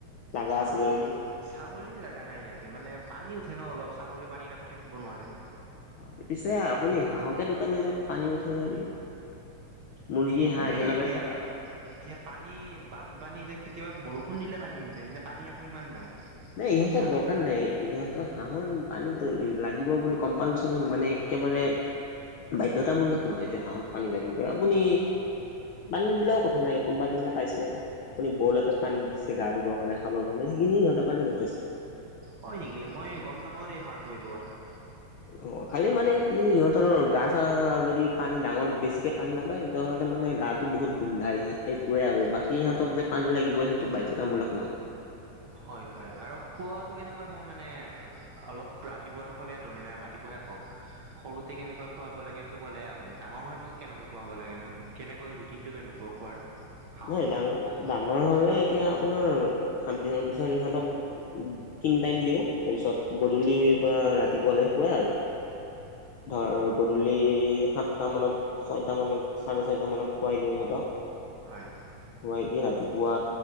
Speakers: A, on the left; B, on the right.
A: জাগা
B: ছাগলী?
A: আছে যদি
B: ছাগলীৰ জেগা নাই ইয়াতে মানে পানী উঠে ন অলপ ছাগলী পানীত আকৌ থাকিব নোৱাৰে',
A: অহ', পিছে আপুনি
B: আৰু
A: হাঁহকে দুটা লৈ যাব পানী উঠে যদি', মুৰ্গী
B: সেইটোয়ে
A: - হাঁহ একেলগে
B: এতিয়া
A: থাকে',
B: এতিয়া পানী বানপানী এতিয়া কেতিয়াবা বৰষুণ দিলে পানী উঠে এনে পানী আকৌ ইমান নাই',
A: নাই, ইহঁতক
B: চাগ
A: দৰকাৰ নাই, ই', - ইহঁত', ত, হাঁহৰ এই পানীটো ই লাগিব বুলি কম্পালচৰি মানে একেবাৰে', বাধ্যতামূলক নহ'য় যে হাঁহক পানী লাগিবই, আপুনি', পানী নিদিলেও কথা নাই, কোনোবা দিনা পাইছে', আপুনি বল এটাত পানী দিছে গা ধুব কাৰণে, খাবৰ কাৰণে সেইখিনি সিহঁতৰ কাৰণে যথেষ্ট',
B: হয় নেকি? মই গম নাপাওঁ দেই হাঁহটো এইটো কথা',
A: অহ', খালি মানে কি সিহঁতৰ গা-চা যদি পানী ডাঙৰ বেছিকে পানী নাপায়', তেতিয়াহ'লে মানে গাটো বহুত গোন্ধায় এই সেইটোৱে আৰু, বাকী সিহঁতক যে পানী লাগিবই সেইটো বাধ্যতামূলক নহয়',
B: হয়', - হয়', আৰু খোৱাটো কেনেকুৱা হয় মানে, অ', অলপ ৰাতিপুৱাটো ক'লেটো মানে ৰাতিপুৱাহে কওঁ', সৰুতে কেনেকুৱা খোৱাব লাগে সেইটো ক'লে আপুনি, ডাঙৰ হোৱাৰ পিছত কেনেকৈ খোৱাব লাগে মানে, কেনেকৈ ৰু', ৰুটিনটো কেনেকুৱা খোৱাৰ? হাঁহৰ
A: এনেই ডাঙৰ, ডাঙৰ হ'লে এতিয়া আপোনাৰ সাত দিনৰ পিছত ইহঁতক', উম', তিন টাইম দিওঁ, তাৰপিছত গধূলিৰ পৰা ৰাতিপুৱালৈ শুৱেই আৰু', ধৰ গধূলি এ সাতটা মানত', ছয়টা মানত, চাৰে ছয়টা মানত খোৱাই দিওঁ ইহঁতক',
B: হয়',
A: শুৱাই দিয়ে, ৰাতিপুৱা